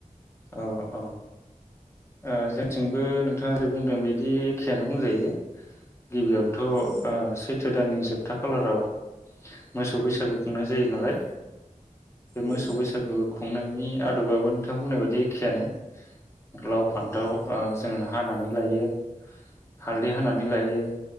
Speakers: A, on the left; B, on the right.
A: अ अ ओ जों थिंबो नोंथाङा जे बुंदों बिदि एखेयानो बुंजायो गिबियावनोथ'
B: उम
A: ओ सैथो दाननि जोबथा खालाराव मोसौ बैसागु खुंनाय जायो नालाय बे
B: उम
A: मोसौ बैसागु खुंनायनि आदबाबो नोंथां बुंनाय बायदि एखेयानो लाव फान्थाव
B: उम
A: ओ जोङो हानानै लायो हालदै हानानै लायो